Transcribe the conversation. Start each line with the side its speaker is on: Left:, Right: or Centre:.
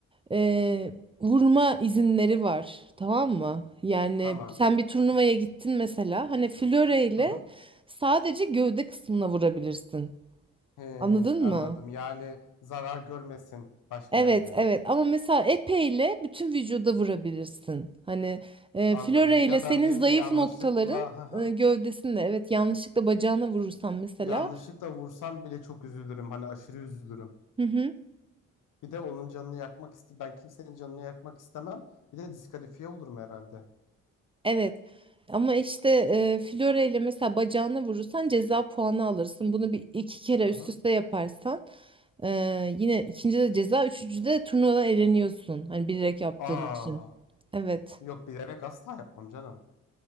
Right: e, vurma izinleri var. Tamam mı? Yani
Left: Tamam.
Right: sen bir turnuvaya gittin mesela. Hani Fiora ile
Left: Hı hı.
Right: sadece gövde kısmına vurabilirsin.
Left: Ee,
Right: Anladın
Left: anladım.
Right: mı?
Left: Yani zarar görmesin başka
Right: Evet
Left: yerlere.
Right: evet ama mesela epeyle bütün vücuda vurabilirsin. Hani e,
Left: Anladım.
Right: floreyle
Left: Ya
Right: senin
Left: ben birine
Right: zayıf
Left: yanlışlıkla
Right: noktaların
Left: hı hı.
Right: e, gövdesinde evet yanlışlıkla bacağına vurursan mesela.
Left: Yanlışlıkla vursam bile çok üzülürüm. Hani aşırı üzülürüm.
Right: Hı hı,
Left: Bir de onun canını yakmak iste ben kimsenin canını yakmak istemem. Bir de diskalifiye olurum herhalde.
Right: evet ama işte e, floreyle mesela bacağına vurursan ceza puanı alırsın. Bunu bir iki kere
Left: Hı
Right: üst
Left: hı.
Right: üste yaparsan e, yine ikinci de ceza üçüncü de turnuvadan eleniyorsun. Hani bilerek yaptığın
Left: Aa,
Right: için. Evet.
Left: yok bilerek asla yapmam canım.